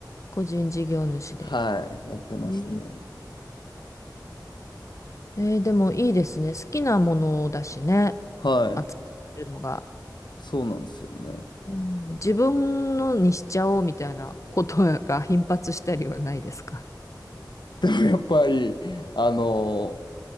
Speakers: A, on the left; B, on the left.
A: 個人事業主で。
B: はい、やってますね。
A: えー、えーでもいいですね。好きなものだしね。
B: はい。
A: 集めるのが。
B: そうなんですよね。
A: うん、自分のにしちゃおうみたいなことが頻発したりはないですか
B: <laughs> やっぱり、あの、